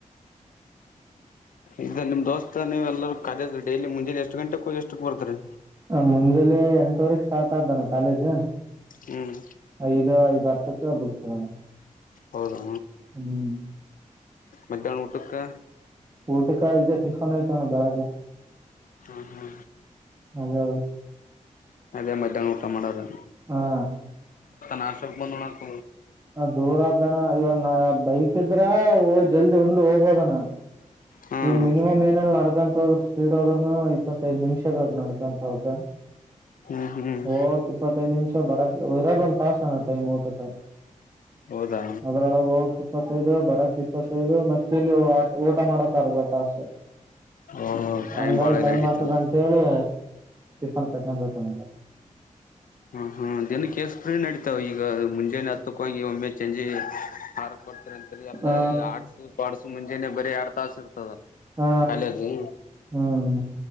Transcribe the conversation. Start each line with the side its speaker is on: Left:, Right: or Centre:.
Left: ಈಗ ನಿಮ್ ದೋಸ್ತ ನೀವ್ ಎಲ್ಲೂ ಕಾಲೇಜ ಡೈಲಿ ಮುಂಜಾನೆ ಎಷ್ಟು ಎಷ್ಟು ಗಂಟೆಕ್ಕೆ ಹೋಗಿ ಎಷ್ಟಕ್ಕೆ ಬರ್ತೀರಿ
Right: ಮುಂದೆಲೆ ಎಂಟವರೆಗೆ ಸ್ಟಾರ್ಟ್ ಆದ್ದಣ ಕಾಲೇಜ್
Left: ಹ್ಮ್
Right: ಐದ ಐದು ಹತ್ತು ಕ್ಕ ಬಿಡ್ತಲಣ
Left: ಹೌದು
Right: ಹ್ಮ್
Left: ಮಧ್ಯಾಹ್ನ ಊಟಕ್ಕ
Right: ಊಟಕ ಇದೆ ಟಿಫನ್ ಐ್ತ ನಣ ಬೆಳಗ್ಗೆ
Left: ಹ ಹ್ಮ
Right: ಅದೇ
Left: ಅದೇ ಮಧ್ಯಾಹ್ನ ಊಟ ಮಾಡೋದು
Right: ಹಾ
Left: ನಾಶಕ ಬಂದಣಕ
Right: ದೂರ ಆದಣ ಇವ ಬೈಕ್ ಇದ್ರ ಜಲ್ದಿ ಉಂಡು ಹೋಗ್ಬೋದಣ್ಣ
Left: ಹ್ಮ್
Right: ಈಗ ಮಿನಿಮ್ ಏನ ನಡ್ಕಂತ ಹದ್ರರು ಸ್ಪೀಡ್ ಆದದ್ರರುನು ಇಪ್ಪತ್ತೈದ್ ನಿಮಿಷ ಬಾಗ ನಡಡ್ಕಂತ ಹ
Left: ಹ್ಮ್ ಹ್ಮ್
Right: ಹೋಗಕ್ಕೆ ಇಪ್ಪ ತ್ತೃದು ನಿಮಿಷ ಬರಕ್ಕೆ ಇರೋದ ಒಂದಂದು ತಾಸ ಅಣ ಟೈಮ್ ಊಟಕ
Left: ಹೌದಾ
Right: ಅದ್ರೊಳಗೆ ಹೋಗ್ ಸಿಪ ಇಪ್ಪತ್ತೈದು ಬರಕ್ ಇಪ್ಪತ್ತೈದು ಮತ್ತ ಇಲ್ಲಿ ಊಟ ಮಾಡಕ್ರ್ಗ ತಾಸು
Left: ಓಹೋ
Right: ಹಂಗಾಗಿ
Left: ಬಾಳ ಇದಾಗಿತ್ತಂದ್ರ
Right: ಟೈಮ್ ಆಗ್ತದ ಅಂತ ಹೇಳಿ ಫನ್ ಕಟ್ಟ ಚ
Left: ಹ ಹಾ ದಿನಕ್ಕೆಸ್ ಫ್ರೀ ನಡತಾವ ಈಗ ಮುಂಜಾನೆ ಹತ್ತಕ್ಕ ಹೋಗಿ ಒಮ್ಮೆ ಚಂಜಿ ಮಾರ್ ಬಡ್ತಾರೆ ಅಂತರಿ ಎಲ್ಲಾ
Right: ಆ
Left: ಈ ಆಡ್ಸ್ ಪಸ್ ಮುಂಜಾನನೆ ಬರೀ ಆರ ತಾಸ ಇರ್ತದ
Right: ಹಾ
Left: ಕಾಲೇಜು
Right: ಹ್ಮ್